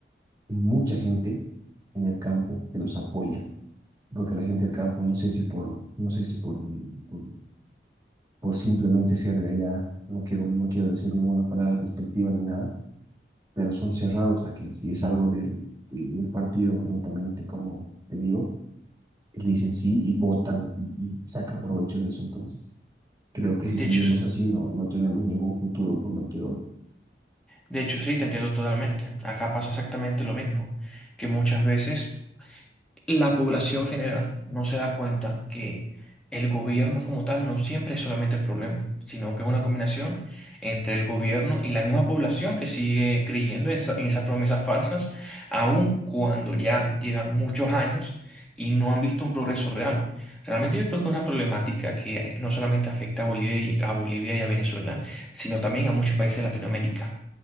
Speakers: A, on the right; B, in the centre.
A: mucha gente en el campo que los apoya, porque la gente del campo, no sé si por, no sé si por, por por simplemente ser de allá. No quiero, no quiero decir ninguna palabra despectiva ni nada, pero son cerrados a que si es algo del, del partido, netamente, como te digo, dicen sí y votan y, y sacan provecho de eso. Entonces, creo que
B: de
A: si seguimos
B: hecho,
A: así, no, no tenemos ningún futuro prometedor.
B: de hecho, sí, te entiendo totalmente. Acá pasa exactamente lo mismo, que muchas veces la población general no se da cuenta que el gobierno como tal no siempre es solamente el problema, sino que es una combinación entre el gobierno y la misma población que sigue creyendo en, esa- en esas promesas falsas, aun cuando ya llevan muchos años y no han visto un progreso real. Realmente yo creo que es una problemática que no solamente afecta a Bolivia y a Bolivia y a Venezuela, sino también a muchos países de Latinoamérica.